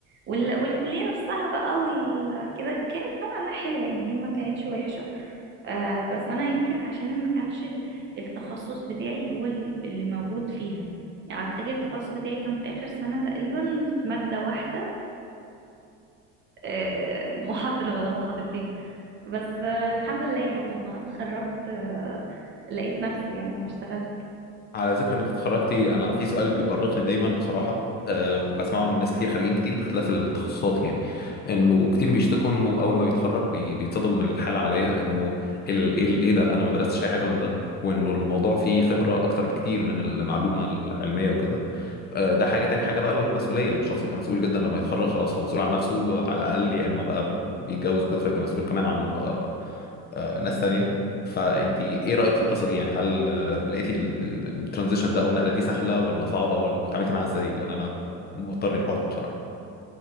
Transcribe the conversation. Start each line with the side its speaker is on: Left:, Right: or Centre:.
Right: وال... والكلية نفسها بقى وال... كده كانت نوعا ما حلوة يعني هي ما كانتش وحشة آه بس أنا يمكن عشان ما كانش ال- التخصص بتاعي هو ال- اللي موجود فيها يعني أفتكر التخصص بتاعي كان في آخر سنة تقريبا في مادة واحدة آه <laughs> محاضرة ولا محاضرتين بس آه الحمد لله يعني لما اتخرجت آه لقيت نفسي يعني لما اشتغلت
Left: على ذكر انك اتخرجتي انا في سؤال بيؤرقني دايما بصراحه أه وبسمعه من ناس كتير خارجين كتير باختلاف التخصصات يعني انه كتير بيشتكوا انه اول ما بيتخرج بي بيتصدم من الحاله العمليه انه ال- ايه ال- ايه ده انا ما درستش اي حاجه من ده وانه الموضوع فيه خبره اكتر بكتير من المعلومه العلميه وكده أه ده حاجه تاني حاجه بقى المسؤوليه ان الشخص يبقى مسؤول جدا لما يتخرج خلاص هو مسؤول عن نفسه على الاقل يا اما بقى بيتجوز وكده فيبقى مسؤول كمان عن آه، آه، ناس تانية فانت ايه رأيك في القصة دي يعني هل آه، لقيتي الترانزيشن ده او النقلة دي سهلة ولا صعبة ولا- وتعاملتي معاها ازاي لان انا موترني الحوار ده بصراحة